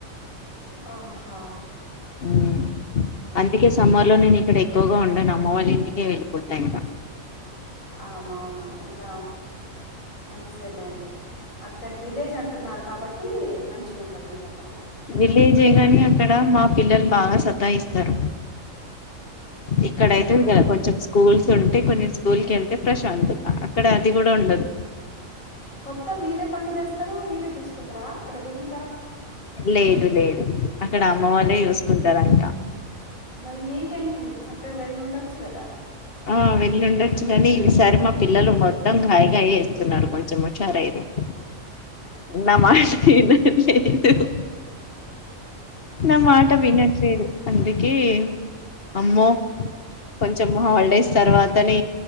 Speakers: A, on the left; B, on the left.
A: ఓ హో
B: మ్మ్ అందుకే సమ్మర్ లో నేను ఇక్కడ ఎక్కువ గా ఉండను అమ్మ వాళ్ళ ఇంటికె వెళ్లిపోతా ఇగ
A: అవునవునా ఇక మంచిదే లెండి అక్కడ విలేజ్ అంటున్నారు కాబట్టి మంచిగా ఉంటది. మీకు అక్కడ
B: విలేజే కానీ అక్కడ మా పిల్లలు బాగా సతాయిస్తారు. ఇక్కడైతే
A: అవునా
B: కొంచెం స్కూల్స్ ఉంటే కొంచెం స్కూల్కి వెళ్తే ప్రశాంతం అక్కడ అది కూడా ఉండదు.
A: మొత్తం మీరే పని చేస్తారా మీరే చూసుకుంటారా అక్కడ వెళ్ళి
B: లేదు లేదు అక్కడ అమ్మ వాళ్ళే
A: ఆ,
B: చూసుకుంటారు అంత
A: మరి మీకేంటిది చక్కగా వెళ్ళి ఉండొచ్చు గదా
B: ఆ వెళ్ళుండొచ్చు, కానీ ఈసారి మా పిల్లలు మొత్తం గాయగాయ్ చేస్తున్నారు కొంచెం హుషారు అయినారు నా మాట వినట్లేదు, నా మాట వినట్లేదు అందుకే అమ్మో కొంచం డేస్ తరువాతనే